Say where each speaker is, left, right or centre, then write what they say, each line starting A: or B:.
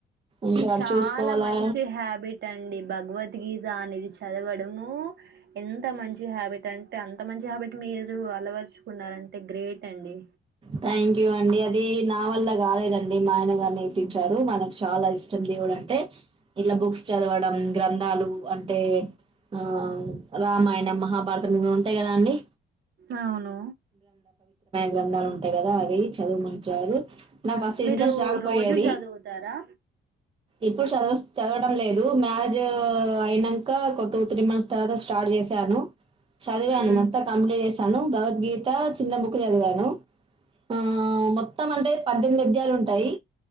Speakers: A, on the right; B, on the right.
A: ఇంకా అటు
B: చాలా
A: చూసుకోవాలా
B: మంచి హ్యాబిట్ అండి భగవద్గీత అనేది చదవడము ఎంత మంచి హ్యాబిట్ అంటే అంత మంచి హ్యాబిట్ మీరు అలవరుచుకున్నారంటే గ్రేట్ అండి
A: థ్యాంక్ యూ అండి అది నా వల్ల కాలేదండి మా ఆయన గారు నేర్పించారుతనకి చాలా ఇష్టం దేవుడు అంటే ఇట్లా బుక్స్ చదవడం గ్రంథాలు అంటే ఆ రామాయణం మహాభారతం ఇవి ఉంటాయి కదా అండి
B: అవును
A: గ్రంధాలు ఉంటాయి కదా అవి చదువు మ చారు నాకు అసలు
B: మీరు
A: ఇంట్రెస్ట్ రాకపోయది
B: రోజు చదువుతారా
A: ఇప్పుడు చదువ చదవడం లేదు మ్యారేజ్ అయినాక్క ఒక టూ త్రీ మంత్స్ తర్వాత స్టార్ట్ చేశాను చదివాను
B: మ్మ్.
A: మొత్తం కంప్లీట్ చేసాను భగవద్గీత చిన్న బుక్ చదివాను ఆ మొత్తం అంటే పద్దెనిమిది అద్యాలు ఉంటాయి